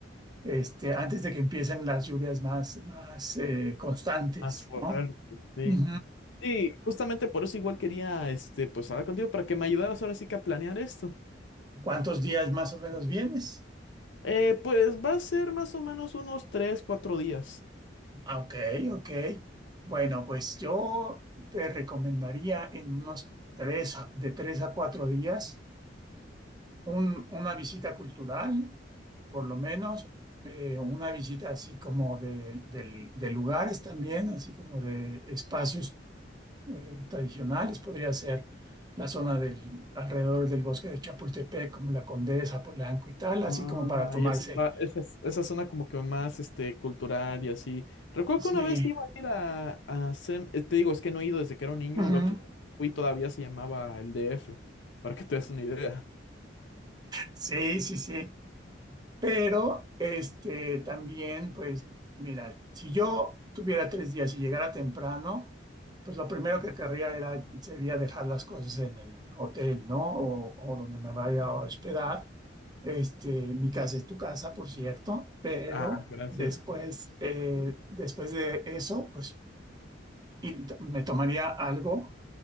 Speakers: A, on the right (about 20°); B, on the left (about 75°).
A: este, antes de que empiecen las lluvias más, más eh, constantes,
B: Más fuerte,
A: ¿no?
B: sí.
A: Ujú.
B: Sí, justamente por eso igual quería, este, pues hablar contigo para que me ayudaras ahora sí que a planear esto.
A: ¿Cuántos días más o menos vienes?
B: Eh, pues va a ser más o menos unos tres, cuatro días.
A: Ah, Ok, ok. Bueno, pues yo te recomendaría en unos tres, a- de tres a cuatro días un- una visita cultural, por lo menos eh, una visita así como de, del- de lugares también, así como de espacios eh, tradicionales. Podría ser la zona del, alrededor del bosque de Chapultepec, como la Condesa, Polanco y tal, así
B: Ah,
A: como para tomarse.
B: y esa, ah, esa, esa zona como que más este, cultural y así. Recuerdo que
A: Sí.
B: una vez iba a ir a, a Sem- eh, te digo, es que no he ido desde que era un niño,
A: Ujú.
B: la última vez que fui todavía se llamaba el DF, para que te des una idea.
A: Sí, sí, sí. Pero, este, también, pues, mira, si yo tuviera tres días y llegara temprano, pues lo primero que querría era, sería dejar las cosas en el hotel, ¿no? O, o donde me vaya a hospedar. Este, mi casa es tu casa, por cierto, pero
B: Ah, gracias.
A: después, eh, después de eso, pues, y t- me tomaría algo